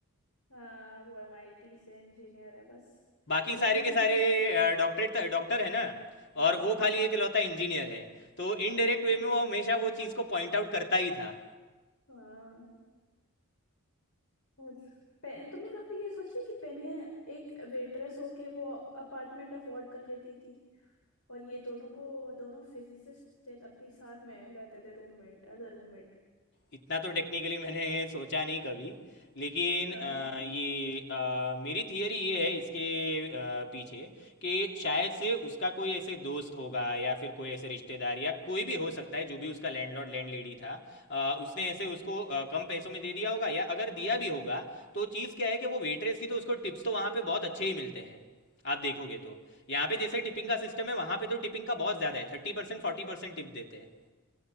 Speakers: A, on the left; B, on the left.
A: हाँ वो एमआईटी से इंजीनियर है बस
B: बाकी
A: उन
B: सारे
A: लोगों ने
B: के
A: क्योंकि
B: सारे डॉक्टरेट डॉक्टर है ना
A: हाँ
B: और वो खाली एक लौता इंजीनियर है तो
A: हाँ
B: इनडायरेक्ट वे में वो हमेशा वो चीज़ को पॉइंट आउट करता ही था
A: हाँ और पे- तुमने कभी ये सोची कि पेनिया एक वेटरेस होके वो अपार्टमेंट अफोर्ड कर लेती थी और ये दोनों को दोनों फिजिसिस्ट थे तब भी साथ में रहते थे रूममेट एज अ रूममेट
B: इतना तो टेक्निकली मैंने सोचा नहीं कभी लेकिन
A: हाँ
B: अ, ये अ, मेरी थियरी ये है इसके अ, पीछे कि शायद से उसका कोई ऐसे दोस्त होगा या फिर कोई ऐसे रिश्तेदार या कोई भी हो सकता है जो भी उसका लैंडलॉर्ड लैंड लेडी था अ, उसने ऐसे उसको अ, कम पैसों में दे दिया होगा या अगर दिया भी होगा तो चीज़ क्या है कि वो वेटरेस थी तो उसको टिप्स तो वहाँ पे बहुत अच्छे ही मिलते हैं आप देखोगे तो यहाँ पे जैसे टिपिंग का सिस्टम है वहाँ पे तो टिपिंग का बहुत ज़्यादा है थर्टी परसेंट फोर्टी परसेंट टिप देते हैं